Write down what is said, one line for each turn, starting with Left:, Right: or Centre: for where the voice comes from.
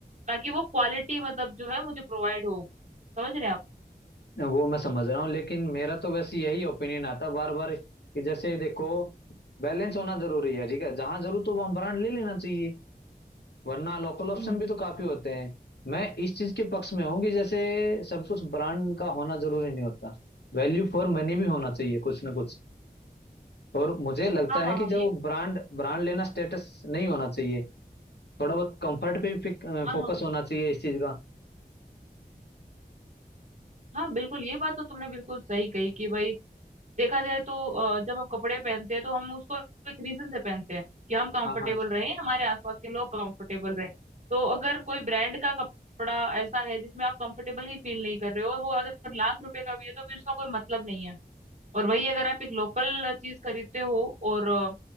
Right: ताकि वो क्वालिटी मतलब जो है मुझे प्रोवाइड हो समझ रहे हैं आप
Left: वो मैं समझ रहा हूँ लेकिन मेरा तो वैसे यही ओपिनियन आता बार बार कि जैसे देखो बैलेंस होना जरूरी है ठीक है जहां जरूरत हो वहां ब्रांड ले लेना चाहिए वरना लोकल ऑप्शन
Right: हम्म
Left: भी तो काफी होते हैं मैं इस चीज के पक्ष में हूँ कि जैसे सब कुछ ब्रांड का होना जरूरी नहीं होता वैल्यू फॉर मनी भी होना चाहिए कुछ ना कुछ और मुझे लगता
Right: हाँ हाँ
Left: है कि
Right: हाँ
Left: जो
Right: ये
Left: ब्रांड ब्रांड लेना स्टेटस नहीं होना चाहिए थोड़ा बहुत कंफर्ट पे भी
Right: हाँ
Left: फोकस
Right: हाँ
Left: होना चाहिए इस चीज का
Right: हाँ बिल्कुल ये बात तो तुमने बिल्कुल सही कही कि भाई देखा जाए तो अ, जब हम कपड़े पहनते हैं तो हम उसको एक रीजन से पहनते हैं कि हम कंफर्टेबल
Left: हाँ हाँ
Right: रहें हमारे आसपास के लोग कंफर्टेबल रहें तो अगर कोई ब्रांड का कपड़ा ऐसा है जिसमें आप कंफर्टेबल ही फील नहीं कर रहे हो और वो अगर लाख रुपए का भी है तो फिर उसका कोई मतलब नहीं है और वही अगर आप एक लोकल चीज खरीदते हो और अ,